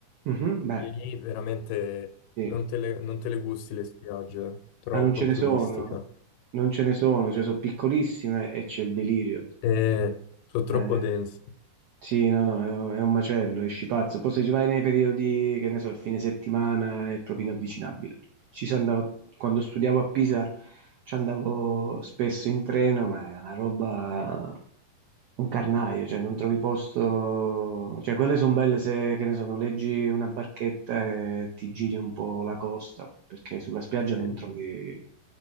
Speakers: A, on the right; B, on the left.
A: mhm, beh,
B: E lì veramente
A: sì,
B: non te le, non te le gusti le spiagge, troppo
A: ma non ce ne
B: turistica.
A: sono, non ce ne sono, cioè sono piccolissime e c'è il delirio.
B: E sono troppo
A: Eh,
B: dense.
A: Sì, no, no, è è un macello, esci pazzo. Poi se ci vai nei periodi, che ne so, il fine settimana è proprio inavvicinabile. Ci si andavo, quando studiavo a Pisa ci andavo spesso in treno, ma è una roba, un carnaio, cioè non trovi posto. Cioè quelle sono belle se, che ne so, noleggi una barchetta e ti giri un po' la costa, perché sulla spiaggia
B: Sì.
A: non trovi,